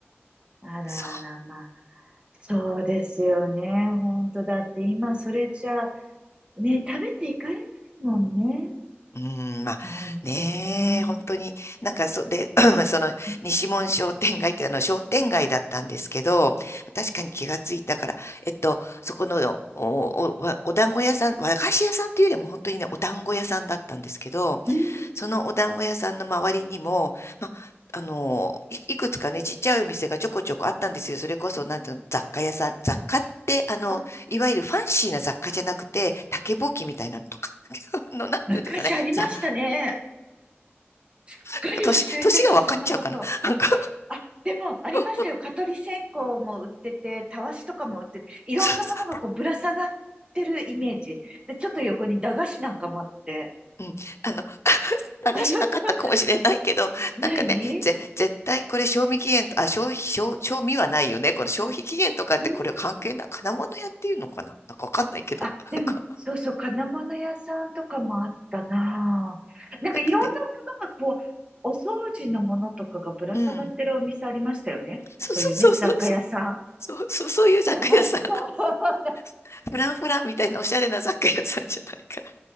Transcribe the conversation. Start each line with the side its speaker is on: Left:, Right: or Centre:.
Right: あらあら、
Left: そう。
Right: まあ。そうですよね。本当だって今それじゃ、ね、食べていかれないもんね。
Left: うーん、まあねえ、
Right: 本当ね。う
Left: 本当に、なんかそ、で、<clears throat> その西門商店街ってあの商店街だったんですけど、
Right: ん
Left: 確かに気がついたから、えっと、そこのお、お、お、お団子屋さん、和菓子屋さんっていうよりも本当にね、お団子屋さんだったんですけど、
Right: うん。
Left: そのお団子屋さんの周りにも、まあ、あの、い、いくつかね、ちっちゃいお店がちょこちょこあったんですよ。それこそ、なんていうの、雑貨屋さん、雑貨って、あの、
Right: あ、
Left: いわゆるファンシーな雑貨じゃなくて、竹ぼうきみたいなのとか、<laughs> あの、なんていうんですかね、
Right: 昔ありましたね。
Left: 雑
Right: すっかり忘れてた、
Left: なんか年、年が分かっちゃうかな。
Right: そんなこと。
Left: <laughs> なんか
Right: あ、でも、ありましたよ。
Left: <laughs> そう
Right: 蚊取り線香も売ってて、たわしとかも売ってて、いろんなものがこうぶら下がってるイメージ。
Left: そ
Right: で、ちょっと横に駄菓子なんかもあって。
Left: う、うん、あの、<laughs>
Right: <laughs>
Left: 流しなかったかもしれないけど、
Right: ない
Left: なんかね、ぜ、絶対これ賞味期限と、あ、消費、消、賞味はないよね。この消費期限とかってこれ関係ない、
Right: うん。
Left: 金物屋っていうのかななんかわかんないけど。
Right: あ、でも、
Left: なんか、
Right: そうそう、金物屋さんとかもあったなぁ。なんかいろんなものがこう、
Left: なんかね、
Right: お掃除のものとかがぶら下がってるお店ありましたよね。
Left: うん。そうそうそうそうそう。
Right: そういうね、雑貨屋さん。あっ
Left: そうそう、そういう雑貨屋さん。
Right: たあった。<laughs>
Left: <laughs> フランフランみたいなおしゃれな雑貨屋さんじゃないから。